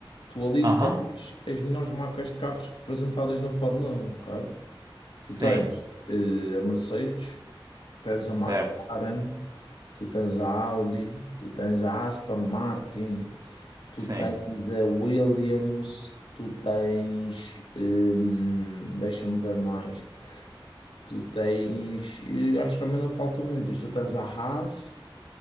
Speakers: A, on the left; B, on the right.
A: Tu ali
B: Aham,
A: tens as melhores marcas de carros representadas na Fórmula 1, ok? Tu
B: sim,
A: tens eh, a Mercedes, tens
B: certo,
A: a McLaren, Tu tens a Audi, tu tens a Aston Martin,
B: sim.
A: tu tens a Williams, tu tens. hum, deixa-me ver mais. Tu tens. eh, Acho que também não faltam muitas. Tu tens a Haas,